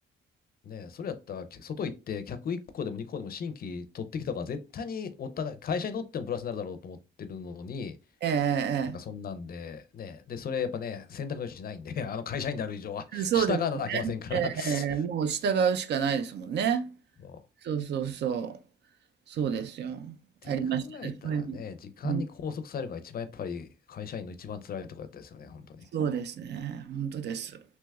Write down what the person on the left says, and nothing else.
ね、それやったら、き外行って客1個でも2個でも新規取ってきた方が絶対にお互い、会社にとってもプラスになるだろうと思ってるのに、
なんかそんなんで、ね。で、それやっぱね、選択の余地ないんで、<laughs> あの会社員である以上は、
従わなきゃいけませんから。
そ
う
って考えたらね、
時間に拘束されるのが一番やっぱり会社員の一番辛いところだったですよね、
本当に。